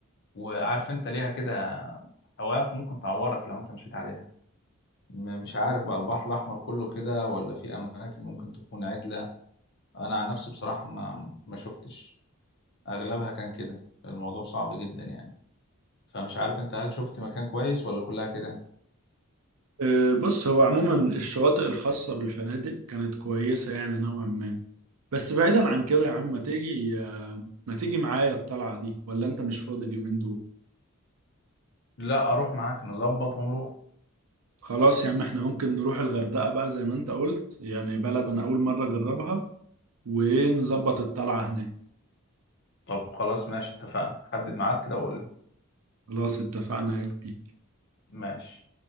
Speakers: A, on the left (about 50°); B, on the right (about 85°).
A: وعارف انت ليها كده حواف ممكن تعورك لو انت مشيت عليها م- مش عارف بقى البحر الاحمر كله كده ولا في اماكن ممكن تكون عدلة انا عن نفسي بصراحة ما ما شفتش اغلبها كان كده الموضوع صعب جدا يعني فمش عارف انت هل شفت مكان كويس ولا كلها كده
B: آه، بص هو عموما الشواطئ الخاصة بالفنادق كانت كويسة يعني نوعا ما بس بعيدا عن كده يا عم ما تيجي آه، ما تيجي معايا الطلعة دي ولا انت مش فاضي اليومين دول
A: لا اروح معاك نظبط ونروح
B: خلاص يا عم احنا ممكن نروح الغردقة بقى زي ما انت قلت يعني بلد انا اول مرة اجربها ونظبط الطلعة هناك
A: طب خلاص ماشي اتفقنا حدد ميعاد كده وقول لي
B: خلاص اتفقنا يا كبير
A: ماشي